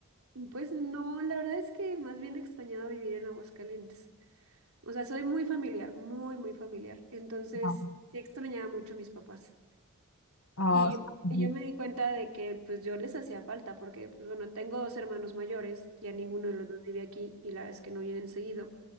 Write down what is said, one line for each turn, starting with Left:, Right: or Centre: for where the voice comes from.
Right: Pues no, la verdad es que más bien extrañaba vivir en Aguascalientes. O sea, soy muy familiar, muy, muy familiar. Entonces,
Left: Ah,
Right: sí extrañaba mucho a mis papás.
Left: ah,
Right: Y yo,
Left: ujú.
Right: y yo me di cuenta de que pues yo les hacía falta, porque pues bueno, tengo dos hermanos mayores, ya ninguno de los dos vive aquí y la verdad es que no vienen seguido.